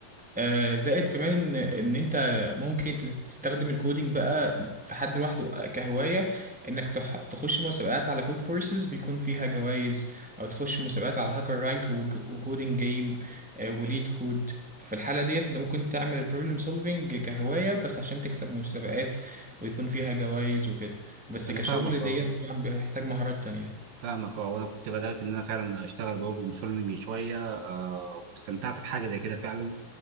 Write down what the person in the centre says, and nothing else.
آه، زائد كمان ان ان انت ممكن تستخدم الكودينج بقى في حد لوحده كهوايه انك تح- تخش مسابقات على كود فورسز بيكون فيها جوائز او تخش مسابقات على هاكر رانك وكودينج جيم وليد كود ففي الحاله ديت انت ممكن تعمل البروبلم سولفينج كهوايه بس عشان تكسب مسابقات ويكون فيها جوائز وكده بس
كشغل
ديت
طبعا بيحتاج مهارات تانية